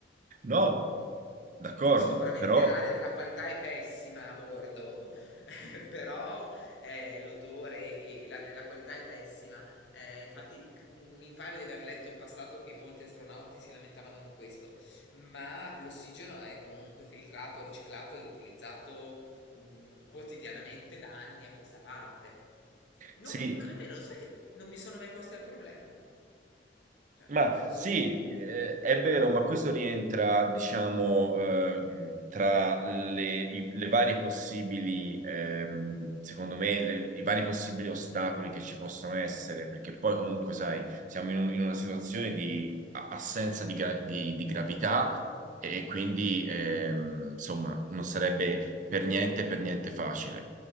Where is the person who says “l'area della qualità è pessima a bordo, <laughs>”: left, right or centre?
Left